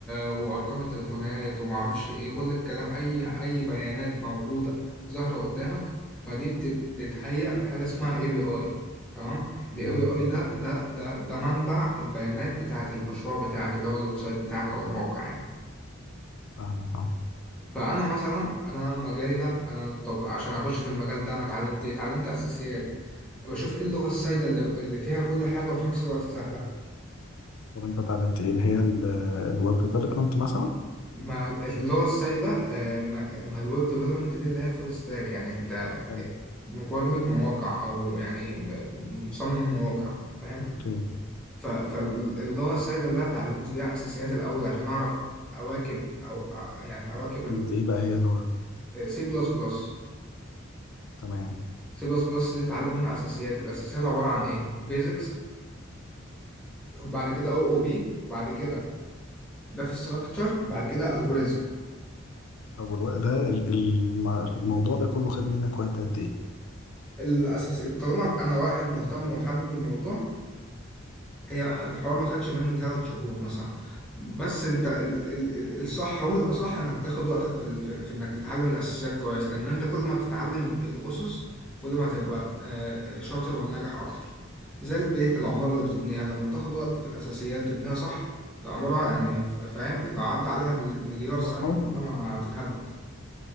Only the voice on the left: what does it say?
نعم
فاهمك أه
طب أنت اتعلمت إيه اللي هي ال- الويب ديفلوبمنت مثلا؟
حلو
أوكي
أنت إيه بقى هي اللغة؟
تمام
طب والوقت ده ال- الم- الموضوع ده كله خد منك وقت قد إيه؟
بقى
خالص أهو.